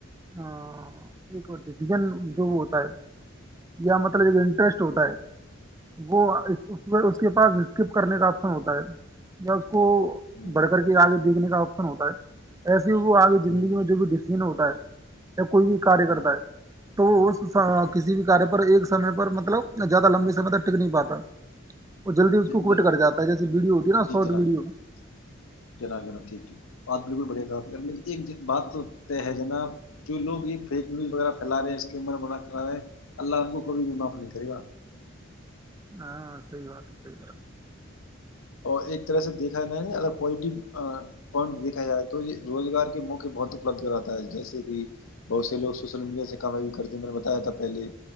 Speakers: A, on the right (about 15°); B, on the left (about 85°).
A: ایک ڈ <unintelligible> ڈسیزن جو وہ ہوتا ہے یا مطلب ایک انٹرسٹ ہوتا ہے وہ اس پ اس کے پاس اسکپ کرنے کا آپشن ہوتا ہے یا اس کو
B: ہوں
A: بڑھ کر کے آگے دیکھنے کا آپشن ہوتا ہے ایسے ہی وہ آگے
B: ہوں
A: زندگی میں جو بھی ڈسیزن ہوتا ہے یا کوئی بھی کاریہ
B: ہوں
A: کرتا ہے تو اس کسی بھی کاریہ پر ایک سمے پر مطلب زیادہ لمبے سمے تک ٹک نہیں پاتا وہ جلدی اس
B: ج
A: کو
B: ج
A: کوئٹ کر جاتا ہے جیسے ویڈیو ہوتی ہے نا
B: جی
A: شارٹ
B: جناب
A: ویڈیو
B: جناب جناب جناب ٹھیک ٹھیک بات بالکل بڑھیا کہا ایک بات تو طے ہے ج نا جو لو یہ فیک نیوز وغیرہ پھیلا رہے اسک بنا کرا رہے اللہ آپ کو کبھی بھی معاف نہیں کرے گا
A: ہاں سحی بات ہے سحی بات ہے
B: اور ایک طرح سے دیکھا ج ہے ن اگر پوزیٹو پوائنٹ دیکھا جائے تو یہ روزگار کے موقع بہت اپلبد کراتا ہے جیسے کہ بہت سے لوگ سوشل میڈیا سے کمائی بھی کرتے میں نے بتایاات تھا پہلے